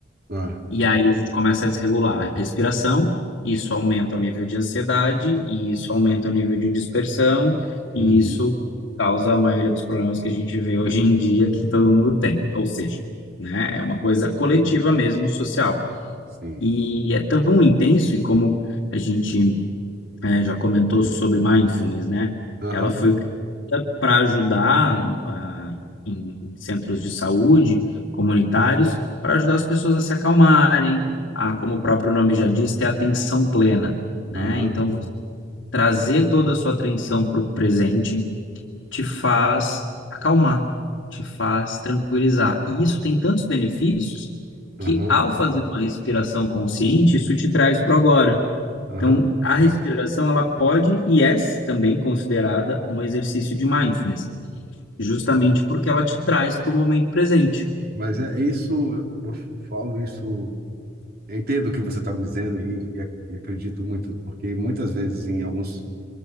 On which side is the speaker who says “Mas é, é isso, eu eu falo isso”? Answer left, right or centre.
Right